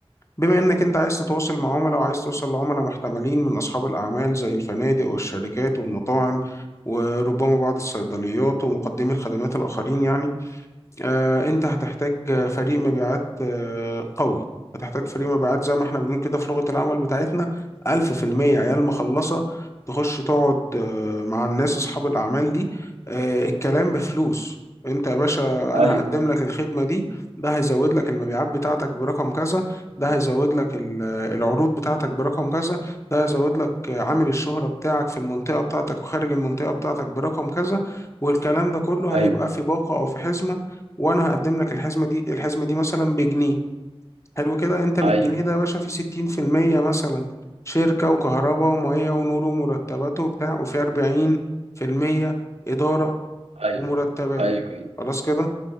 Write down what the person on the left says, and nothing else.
بما انك انت عايز تتواصل مع عملاء وعايز توصل لعملاء محتملين من اصحاب الاعمال زي الفنادق والشركات والمطاعم وربما بعض الصيدليات ومقدمي الخدمات الاخرين يعني آه، انت هتحتاج فريق مبيعات آه، قوي هتحتاج فريق مبيعات زي ما احنا بنقول كده في لغة العمل بتاعتنا ألف في المية عيال مخلصة تخش تقعد آه، مع الناس أصحاب الأعمال دي آه، الكلام بفلوس انت يا باشا انا
هقدم لك الخدمة دي ده هيزود لك المبيعات بتاعتك برقم كذا ده هيزود لك ال- العروض بتاعتك برقم كذا ده هيزود لك آه، عامل الشهرة بتاعك في المنطقة بتاعتك وخارج المنطقة بتاعتك برقم كذا والكلام ده كله هيبقى
في باقة أو في حزمة وانا هقدم لك الحزمه دي الحزمه دي مثلا بجنيه حلو كده انت من
الجنيه ده يا باشا فيه 60% مثلا شركه وكهرباء وميه ونور ومرتبات وبتاع وفي 40% اداره
ومرتبات
خلاص كده